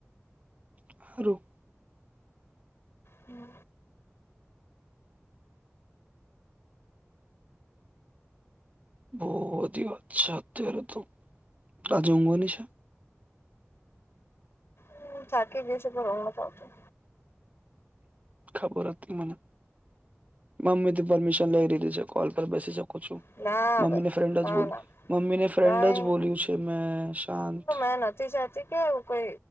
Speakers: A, on the right; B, on the left.
A: સારું
B: હમ
A: ઓ બધી વાત છે, અત્યારે તો અજુ ઊંઘવાની છે.
B: હુ થાકી ગયુ છે પણ ઉધ નથી આવતું.
A: ખબર હતી મને. મમ્મીથી પરમિશન લઈ લીધી છે, કોલ પર બેસી શ કુ છુ,
B: ના
A: મમ્મીને
B: હવે
A: ફ્રેન્ડ
B: ના
A: જ બોલ
B: ના
A: મમ્મીને ફ્રેન્ડ
B: નહી
A: જ બોલ્યું છે, મે શાંત
B: મે નથી ચાહતી કે એવુ કય